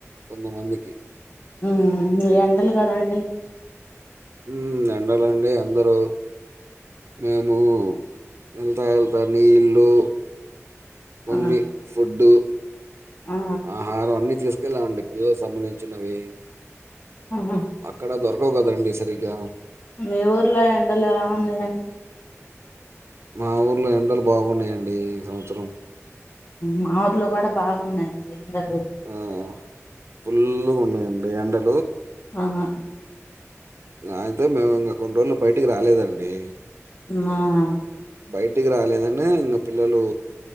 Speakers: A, on the right; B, on the left.
A: కొంతమందికి
B: ఉ ఎండలు కదా అండి.
A: ఉ ఎండలండి అందరూ మేము వెళ్తా వెళ్తా నీళ్ళు కొన్ని
B: ఆ
A: ఫుడ్
B: ఆ
A: ఆహారం అన్ని తీసుకెళ్ళామండి పిల్లలకు సంబంధించినవి
B: ఆహా
A: అక్కడ దొరకవు కదండి సరిగా
B: మీ ఊర్లో ఎండలు ఎలా ఉన్నాయండి?
A: మా ఊర్లో ఎండలు బాగున్నాయండి ఈ సంవత్సరం.
B: మా ఊర్లో కూడా బాగున్నాయండి. ఎండలు
A: ఆ ఫుల్ గున్నాయండీ ఎండలు
B: ఆహా
A: అయితే మేము ఇంకా కొన్ని రోజులు బయటికి రాలేదండి.
B: ఆ
A: బయటికి రాలేదనే ఇంగ పిల్లలు